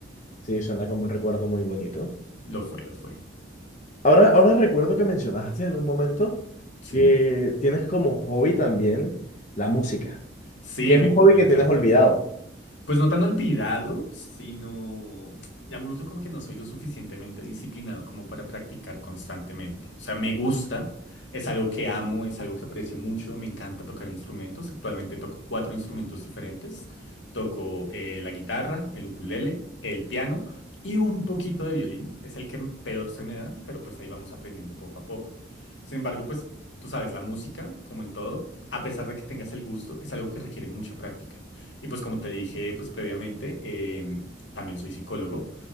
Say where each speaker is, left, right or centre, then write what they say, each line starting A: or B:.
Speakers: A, on the left; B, on the left.
A: Sí, suena como un recuerdo muy bonito.
B: Lo fue, lo fue.
A: Ahora, ahora recuerdo que mencionaste en un momento
B: Sí.
A: que tienes como hobby también la música,
B: Sí,
A: que es
B: me,
A: un hobby
B: me
A: que
B: encanta.
A: tienes olvidado.
B: Pues no tan olvidado, sino ya me gusta como que no soy lo suficientemente disciplinado como para practicar constantemente. O sea, me gusta, es algo que amo, es algo que aprecio mucho, me encanta tocar instrumentos. Actualmente toco cuatro instrumentos diferentes. Toco eh, la guitarra, el ukulele, el piano y un poquito de violín. Es el que peor se me da, pero pues ahí vamos aprendiendo poco a poco. Sin embargo, pues tú sabes, la música, como en todo, a pesar de que tengas el gusto, es algo que requiere mucha práctica. Y pues como te dije pues previamente, em, también soy psicólogo.